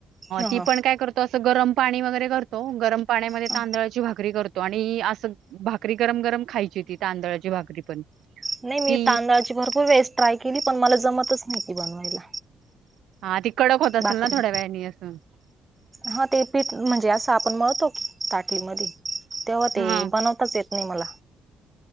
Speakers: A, on the right (about 20°); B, on the right (about 80°).
A: ह
B: त पणय करतो असं गरम पाणी वगैरे करतो गरम पाण्यामध्ये
A: ह
B: तांदळाची भाकरी करतो आणि असं भाकरी गरम गरम खायची ती तांदळाची भाकरी पण
A: नाही मी
B: ती
A: तांदळाची भरपूर वेळेस ट्राय केली पण मला जमतच नव्हती बनवायला
B: हा ती कडक होत असेल
A: भाकरी
B: ना थोड्या वेळाने असून
A: हा ते पीठ म्हणजे असं आपण मळतो की ताटलीमध्ये तेव्हा ते
B: हा
A: बनवताच येत नि निर्मला